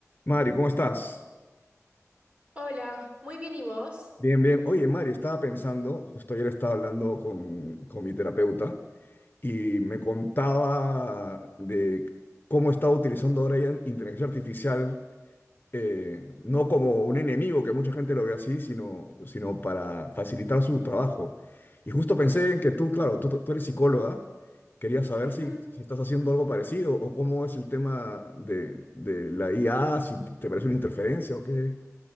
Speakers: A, on the left (about 40°); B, on the right (about 20°).
A: Mari, ¿cómo estás?
B: Hola, muy bien, ¿y vos?
A: Bien, bien. Oye, Mari, estaba pensando, justo ayer estaba hablando con, con mi terapeuta y me contaba de cómo estaba utilizando ahora ya inteligencia artificial, eh, no como un enemigo, que mucha gente lo ve así, sino, sino para facilitar su trabajo. Y justo pensé en que tú, claro, tú, tú eres psicóloga, quería saber
B: Ujú.
A: si, si estás haciendo algo parecido o cómo es el tema de, de la IA, si te parece una interferencia o qué,